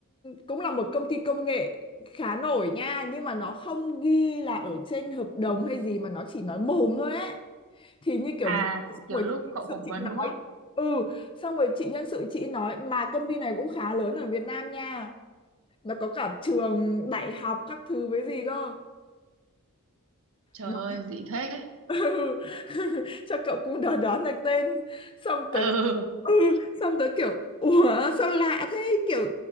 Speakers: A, on the left; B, on the right.
A: cũng là một công ty công nghệ khá nổi nha nhưng mà nó không ghi là ở trên hợp đồng hay gì mà nó chỉ nói mồm thôi ấy thì như kiểu
B: à
A: vừa xong
B: kiểu
A: rồi
B: lúc
A: chị nhân
B: cậu phỏng
A: sự chị
B: vấn
A: nói
B: đúng không
A: ừ xong rồi chị nhân sự chị nói mà công ty này cũng khá lớn ở Việt Nam nha nó có cả trường đại học các thứ với gì cơ
B: trời
A: Nó-
B: ơi dị thế
A: ừ. <laughs> cho cậu cũng đoán đoán được tên xong tớ
B: ừ
A: ừ. xong tớ kiểu ủa sao lạ thế kiểu